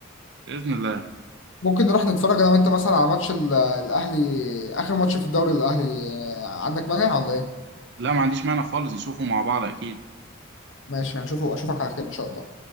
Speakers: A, on the right (about 60°); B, on the left (about 70°).
A: بإذن الله
B: ممكن نروح نتفرج أنا وأنت مثلا على ماتش ال- الأهلي آخر ماتش في الدوري الأهلي آه، عندك مانع ولا إيه؟
A: لا ما عنديش مانع خالص نشوفه مع بعض أكيد
B: ماشي هنشوفه اشوفك على خير ان شاء الله